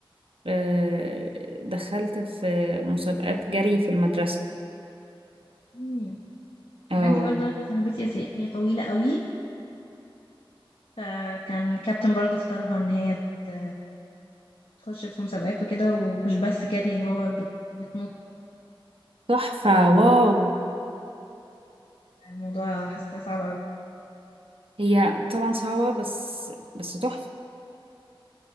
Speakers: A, on the right (about 80°); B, on the left (about 85°).
A: إيه دخلت في مسابقات جري في المدرسة
B: مم.
A: اه
B: عندي برضه واحده صاحبتي هي هي طويله قوي فكان كابتن برضه اختارها ان هي ت- تخش في مسابقات وكده ومش بس جري اللي هو بت- بتنط
A: تحفة واو
B: الموضوع حاساه صعب
A: هي طبعا صعبة بس بس تحفة